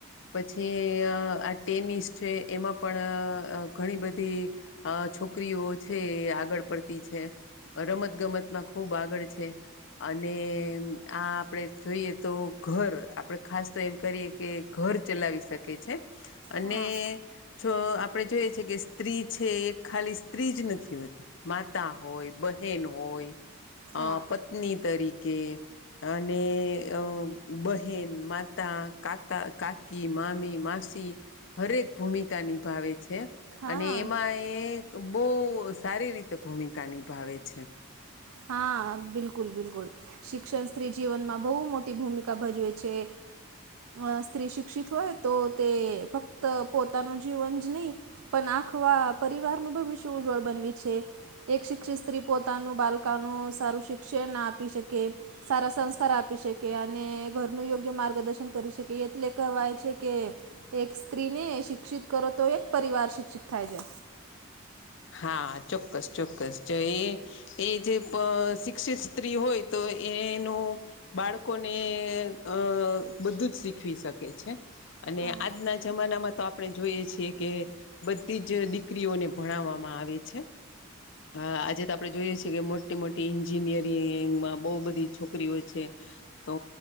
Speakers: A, on the left; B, on the right.
A: પછી આ ટેનિસ છે એમાં પણ ઘણી બધી અ છોકરીઓ છે આગળ પડતી છે. રમત ગમતમાં ખુબ આગળ છે અને એમ આ આપણે જોઈએ તો ઘર આપણે ખાસ તો એમ કરીએ કે ઘર ચલાવી શકે છે. અને
B: હા
A: જો આપણેે જોઈએ છે કે સ્ત્રી છે એ ખાલી સ્ત્રી જ નથી હોતી માતા હોય બહેન હોય
B: હા
A: અ પત્ની તરીકે. અને અ બહેન માતા કાકા કાકી મામી માસી હરેક ભૂમિકા નિભાવે છે.
B: હા
A: અને એમાં એ બો સારી રીતે ભૂમિકા નિભાવે છે
B: હા બિલકુલ બિલકુલ શિક્ષણ સ્ત્રી જીવનમાં બહુ મોટી ભૂમિકા ભજવે છે અ સ્ત્રી શિક્ષિત હોય તો તે ફક્ત પોતાનું જીવન જ નહી પણ આંખવા પરિવારનું ભવિષ્ય ઉજ્જવળ બનવી છે એક શિક્ષિત સ્ત્રી પોતાનું બાલ નું સારું શિક્ષણ આપી શકે સારા સંસ્કાર આપી શકે કે અને ઘરનું યોગ્ય માર્ગદર્શન કરી શકે એટલે કહેવાય છે કે એક સ્ત્રીને શિક્ષિત કરો તો એક પરિવાર શિક્ષિત થાય છે
A: હા ચોક્કસ ચોક્કસ જો એ એ જે પ શિક્ષિત સ્ત્રી હોય તો એ એનું બાળકોને અ બધું જ શીખવી શકે છે અને
B: હા
A: આજના જમાનામાં તો આપણે જોઈએ છીએ કે બધી જ દીકરીઓને ભણાવામાં માં આવે છે હા આજે તો આપણે જોઈએ છીએ કે મોટી મોટી ન્જિનિયરિંગંગમાં બહુ બધી છોકરીઓ છે તો